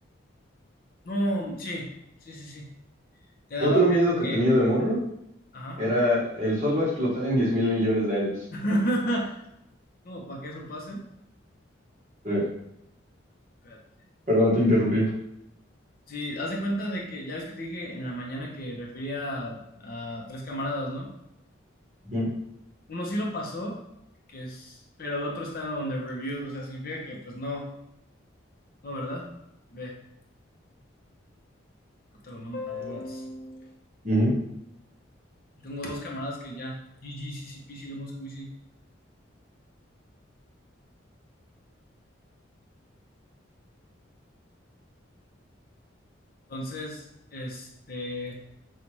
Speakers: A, on the left; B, on the right.
A: No, sí, sí, sí, sí. Te daba
B: Otro
A: miedo
B: miedo
A: de
B: que
A: que,
B: tenía de morro
A: ajá.
B: era el sol va a explotar en diez mil millones de años.
A: <laughs> No, para que eso pase.
B: Sí,
A: Espérate.
B: perdón, te interrumpí.
A: Sí, haz de cuenta de que ya ves que te dije en la mañana que refería a, a tres camaradas, ¿no?
B: Ujú,
A: Uno sí lo pasó, que es, pero el otro está on the review, o sea, significa que pues no, no, ¿verdad? Ve, yo te lo mando por WhatsApp.
B: ujú.
A: Tengo dos camaradas que ya, g g c CCP, sí, Lemon Squeezy. Entonces, este,